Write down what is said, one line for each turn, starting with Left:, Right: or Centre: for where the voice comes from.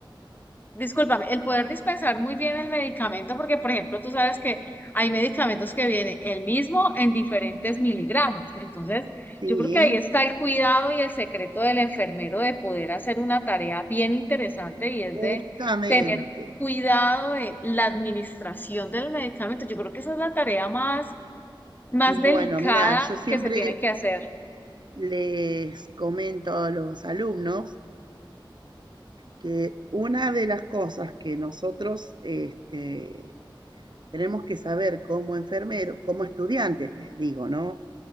Left: discúlpame, el poder dispensar muy bien el medicamento, porque por ejemplo, tú sabes que hay medicamentos que vienen el mismo en diferentes miligramos. Entonces,
Right: ¿sí?
Left: yo creo que ahí está el cuidado y el secreto del enfermero de poder hacer una tarea bien interesante y es
Right: Justamente.
Left: de tener cuidado de la administración del medicamento. Yo creo que esa es la tarea más más
Right: Bueno,
Left: delicada
Right: mira yo siempre
Left: que se tiene que hacer.
Right: les comento a los alumnos que una de las cosas que nosotros este, tenemos que saber como enfermeros, como estudiantes, les digo, ¿no?